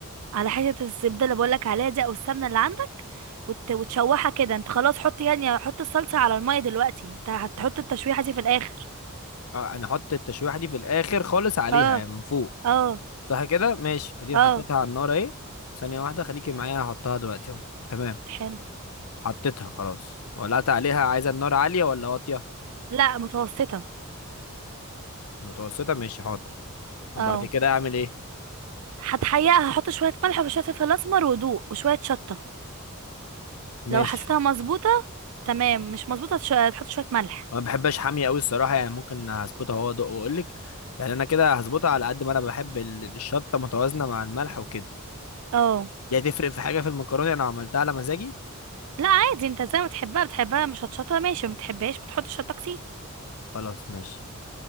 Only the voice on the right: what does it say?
على حته الزبده اللي بقولك عليها دي او السمنه اللي عندك وت... وتشوحها كده انت خلاص حط يعني حط الصلصه على الميه دلوقتي انت هتحط التشويحه دي في الاخر
اه
اه
اه
حلو
لا متوسطة
اه
هتحيقها هحط شوية ملح وشوية فلفل أسمر ودوق وشوية شطة
لو حسيتها مظبوطة تمام مش مظبوطة تش- تحط شوية ملح
اه
لا عادي انت زي ما تحبها بتحبها مش هتشطها ماشي ما بتحبهاش بتحط شطة كتير